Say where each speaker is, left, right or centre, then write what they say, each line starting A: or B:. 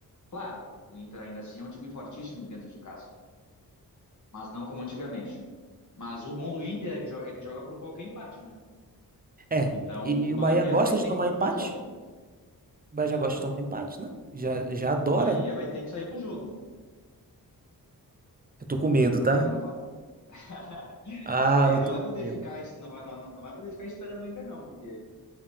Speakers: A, on the left; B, on the right.
A: Claro, o Inter ainda assim é um time fortíssimo dentro de casa, mas não como antigamente. Mas o bom do Inter é que joga, é que joga por qualquer empate, né?
B: É.
A: Então
B: E
A: o Bahia
B: o Bahia gosta
A: vai ter
B: de tomar
A: que propor
B: empate?
A: jogo.
B: O Bahia já
A: Então,
B: gosta de tomar empate, né? Já, já adora.
A: o Bahia vai ter que sair pro jogo. O
B: Eu tô com medo,
A: Bahia
B: tá?
A: não vai <laughs>
B: Ah,
A: Bahia
B: eu
A: não
B: tô
A: vai
B: com
A: poder
B: medo.
A: ficar, es- não vai, não, não vai poder ficar esperando o Inter, não, porque